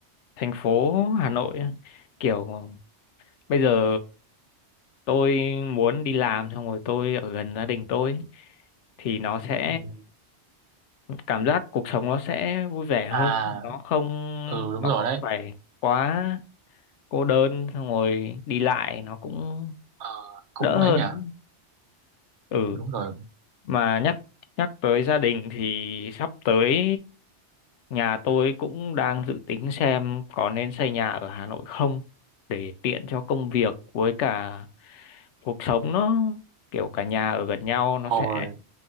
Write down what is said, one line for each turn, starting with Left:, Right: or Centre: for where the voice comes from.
Left: thành phố Hà Nội á, kiểu bây giờ tôi muốn đi làm xong rồi tôi ở gần gia đình tôi thì nó sẽ
Right: Ừ.
Left: cảm giác cuộc sống nó sẽ vui vẻ
Right: à
Left: hơn nó không
Right: ừ đúng
Left: nó
Right: rồi
Left: không
Right: đấy
Left: phải quá cô đơn xong rồi đi lại nó cũng
Right: Ờ, cũng
Left: đỡ hơn
Right: ấy nhỉ
Left: ừ
Right: đúng rồi
Left: mà nhắc nhắc tới gia đình thì sắp tới nhà tôi cũng đang dự tính xem có nên xây nhà ở Hà Nội không để tiện cho công việc với cả cuộc sống nó kiểu cả nhà ở gần nhau nó sẽ
Right: Ồ,